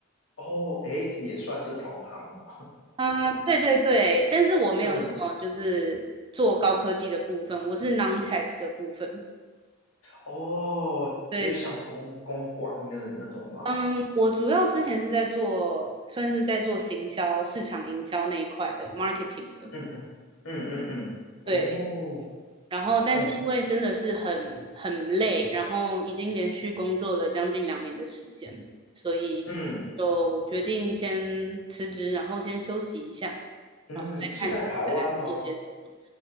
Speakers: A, on the left; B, on the right.
A: 哦，诶，也算是同行
B: 嗯、对对对，但是我没有那么就是做高科技的部分，
A: 嗯。<laughs>
B: 我是 non-tech 的部分，
A: 哦，
B: 对，
A: 就是像公公关那那种吗？
B: 嗯，我主要之前是在做算是在做行销、市场营销那一块的 marketing 的，
A: 嗯嗯嗯嗯嗯，哦，
B: 对，然后，但是因为真的是很很累，
A: 哎，
B: 然后已经连续工作了将近两年的时间，所以就决定先辞职，
A: 嗯
B: 然后先休息一下，
A: 嗯，
B: 然后再看接下来做些什么。
A: 是在台湾吗？